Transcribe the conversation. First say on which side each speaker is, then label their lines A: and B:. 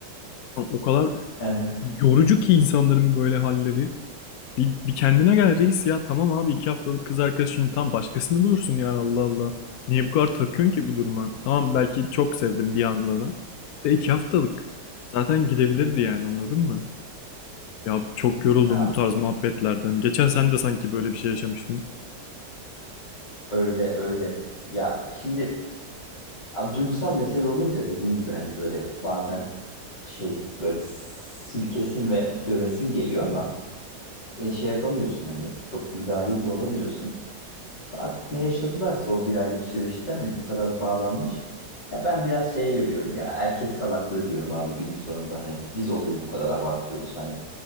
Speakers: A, on the left (about 70°); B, on the left (about 80°).
A: Ama O kadar
B: hı hı.
A: yorucu ki insanların böyle halleri. Bir, bir kendine gel reis ya. Tamam abi iki haftalık kız arkadaşını tam başkasını bulursun ya Allah Allah. Niye bu kadar takıyorsun ki bu duruma? Tamam belki çok sevdim bir anlığına. De iki haftalık. Zaten gidebilirdi yani anladın mı? Ya çok yoruldum
B: Ya
A: bu tarz muhabbetlerden. Geçen sen de sanki böyle bir şey yaşamıştın.
B: öyle öyle. Ya şimdi ya duygusal mesele olunca dediğin gibi hani böyle bazen şey böyle silkesin ve dövesin geliyor ama e, şey yapamıyorsun hani çok müdahil de olamıyorsun. Artık ne yaşadılarsa o bir aylık süreçte hani bu kadar bağlanmış. Ya ben biraz şeye yoruyorum ya erkek salaklığı diyorum abi günün sonunda hani biz olayı bu kadar abartıyoruz hani